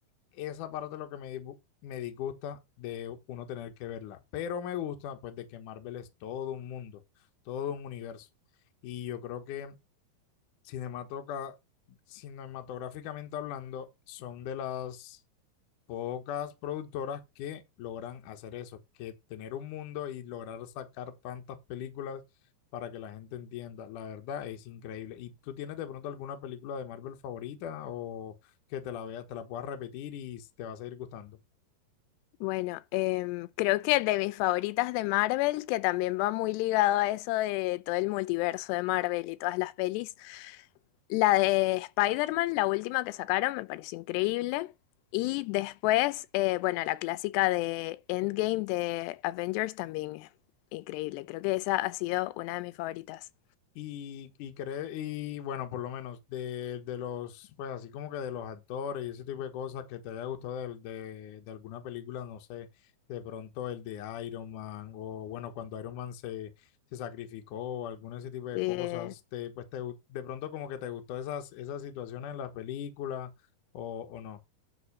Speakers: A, on the left; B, on the left.
A: esa parte es lo que me, dibu- me disgusta de uno tener que verla. Pero me gusta, pues, de que Marvel es todo un mundo, todo un universo. Y yo creo que cinematoca- cinematográficamente hablando, son de las Pocas productoras que logran hacer eso, que tener un mundo y lograr sacar tantas películas para que la gente entienda. La verdad es increíble. ¿Y tú tienes de pronto alguna película de Marvel favorita o que te la veas, te la puedas repetir y te va a seguir gustando?
B: Bueno, em, creo que de mis favoritas de Marvel, que también va muy ligado a eso de todo el multiverso de Marvel y todas las pelis, la de Spider-Man, la última que sacaron, me pareció increíble. Y después, eh, bueno, la clásica de Endgame de Avengers también es increíble. Creo que esa ha sido una de mis favoritas.
A: Y, y, cre- y bueno, por lo menos de, de los, pues así como que de los actores y ese tipo de cosas que te haya gustado del- de, de alguna película, no sé, de pronto el de Iron Man o bueno, cuando Iron Man se, se sacrificó, alguno de ese tipo de
B: Eh,
A: cosas, te, pues te, gu- de pronto como que te gustó esas, esas situaciones en las películas o, o no.